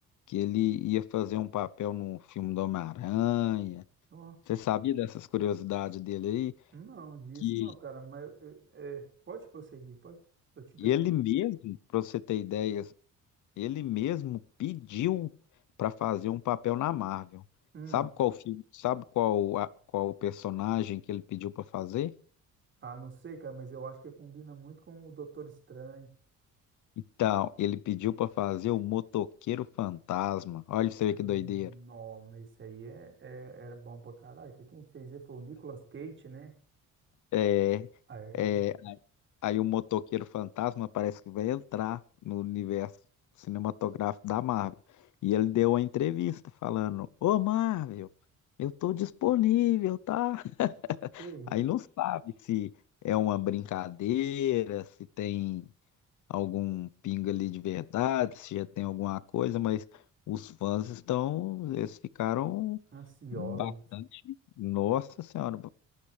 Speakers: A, on the left; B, on the right.
A: que ele ia fazer um papel no filme do Homem-Aranha.
B: Ó,
A: Você sabia dessas curiosidades dele aí?
B: não, disso
A: Que
B: não, cara, mas eu- eu- é, pode prosseguir, pode, eu te interrompo.
A: ele mesmo, pra você ter ideia, Ele mesmo pediu para fazer um papel na Marvel.
B: Hum,
A: Sabe qual filme, sabe qual a- qual personagem que ele pediu para fazer?
B: ah, não sei, cara, mas eu acho que combina muito com o Doutor Estranho.
A: Então, ele pediu para fazer o Motoqueiro Fantasma. Olha você
B: Ah,
A: vê que
B: não,
A: doideira.
B: mas esse aí é, é- era bom pra caraca. Quem fez ele foi o Nicolas Cage, né?
A: É,
B: Ah, era.
A: é, aí o Motoqueiro Fantasma parece que vai entrar no universo cinematográfico da Marvel. E ele deu uma entrevista falando: Ô Marvel, eu tô disponível, tá?
B: Que isso?
A: Aí não sabe se é uma brincadeira, se tem algum pingo ali de verdade, se já tem alguma coisa, mas os fãs estão, eles ficaram
B: Ansiosos.
A: bastante. Nossa Senhora,